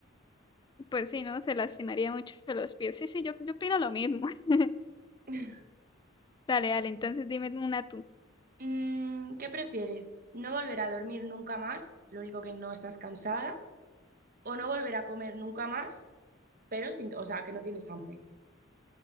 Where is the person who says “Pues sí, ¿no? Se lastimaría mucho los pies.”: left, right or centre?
Left